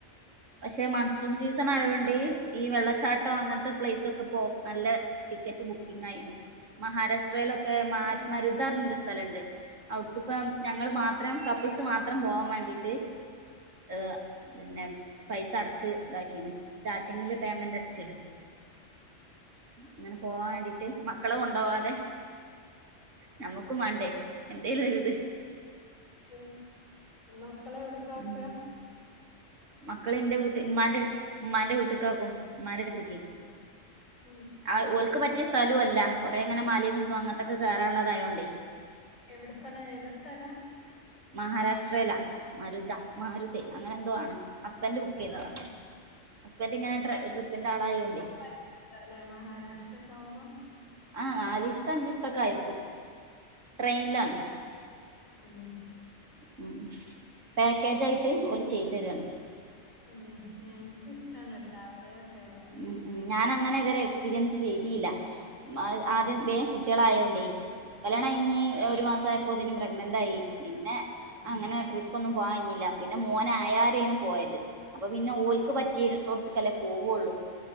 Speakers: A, on the right; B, on the left.
A: പക്ഷെ മൺസൂൺ സീസണായോണ്ട് ഈ വെള്ളച്ചാട്ടം അങ്ങൻത്തെ പ്ലേസൊക്കെ പ്പോ നല്ല ടിക്കറ്റ് ബുക്കിങായിന് മഹാരാഷ്ട്രയിലൊക്കെ മാ
B: അതെ
A: മരു ധാ ർഞൊരു ഒരു സ്ഥലണ്ട്. അവ്ട്ക്കിപ്പം ഞങ്ങൾ മാത്രം കപ്പിൾസ് മാത്രം പോവാൻ വേണ്ടി ട്ട് ഏഹ് പിന്നെ പൈസ അടച് ഇതാക്കീണ്. സ്റ്റാർട്ടിങ്ങില് പേയ്മെന്റ് അടച്ച്ണ്. ഇങ്ങനെ പോവാൻ വേണ്ടീട്ട് മക്കളെ കൊണ്ടോവാതെ നമ്മുക്കും വാണ്ടേ എന്തേലൊര് ദ്.
B: ഉം മക്കളെ എവിട്ക്കാ ആക്ക?
A: ഉം മക്കള് ഇന്റെ വീട്ട്, ഇമ്മാന്റെ ഉമ്മാന്റെ വീട്ട് ക്ക് ആക്കും. ഉമ്മാന്റെ അടുത്ക്കെ.
B: ഉം
A: ആഹ് ഓൽക്ക് പറ്റിയ സ്ഥലൂ അല്ല കൊറെ ങ്ങനെ മലിം കുന്നും അങ്ങൻത്തൊക്കെ കേറാള്ളതായോണ്ടെ.
B: എവിട്ക്കാണ്? ഏതാ സ്ഥലം?
A: മഹാരാഷ്ട്രയിലാ മരുത മാരുതെ അങ്ങനെ എന്തോ ആണ് ഹസ്ബൻഡ് ബുക്കെയ്തതാ
B: ഉം.
A: ഹസ്ബൻഡ് ഇങ്ങനെ ട്രി ട്രിപ്പിൻ്റെ ആളായോണ്ടേ
B: <unintelligible> മഹാരാഷ്ട്രക്കെ ആകുമ്പം
A: ആഹ് നാലീസ്ത്താ അഞ്ച് ദിവസ്ത്തക്കായിരിക്കും ട്രെയിനിലാണ്
B: ഉം. അതെ.
A: ഉം പാക്കേജ് ആയിട്ട് ഓല് ചെയ്ത് തരാണ്
B: അതെ ഞാൻ എനിക്കും ഇഷ്ടമാണ് ട്രാവലറൊക്കെ ഭയങ്കര
A: ഉം
B: ഇഷ്ട
A: ഉം ഞാൻ അങ്ങനെ ഇതുവരെ എക്സ്പീരിയൻസ് ചെയ്തിയില്ല
B: ഉം.
A: ആദ്യം വേഗം കുട്ടികളയോണ്ടേ കല്യാണം കഴിഞ്ഞു
B: ഉം.
A: ഒരു മാസം ആയപ്പോതിനും പ്രഗ്നന്റ് ആയി പിന്നെ
B: അതെ.
A: അങ്ങനെ ട്രി പ്പൊന്നും പോവാൻ കഴിഞ്ഞില്ല പിന്നെ മോനായരെയാണ് പോയത് അപ്പൊ പിന്നെ ഓൽക്ക് പറ്റിയോർത്ക്കല്ലേ പോവുള്ളൂ